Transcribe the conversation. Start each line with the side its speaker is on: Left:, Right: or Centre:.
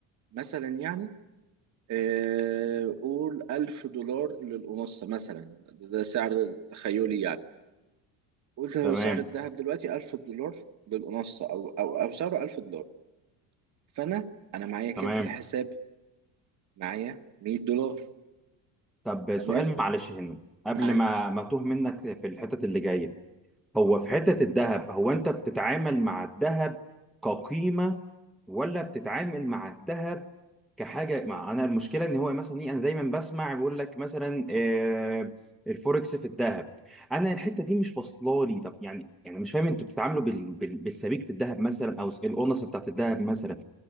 Right: مثلا يعني آه، قول 1000 دولار للأونصة مثلا ده ده سعر تخيلي يعني قلت هو
Centre: تمام
Right: سعر الذهب دلوقتي 1000 دولار للأونصة أو أو أو سعره 1000 دولار فأنا أنا معايا كام
Centre: تمام
Right: في الحساب؟ معايا 100 دولار
Centre: طب
Right: تمام
Centre: سؤال معلش هنا قبل
Right: معاك
Centre: ما ما توه منك في الحتت اللي جايه هو في حتة الذهب هو أنت بتتعامل مع الذهب كقيمة ولا بتتعامل مع الذهب كحاجة مع أنا المشكلة إن هو مثلا إيه أنا دايما بسمع بيقول لك مثلا آه، الفوركس في الذهب أنا الحتة دي مش واصلة لي طب يعني يعني مش فاهم أنتوا بتتعاملوا بال... بال... بالسبيكة الذهب مثلا أو الأونصة بتاعت الذهب مثلا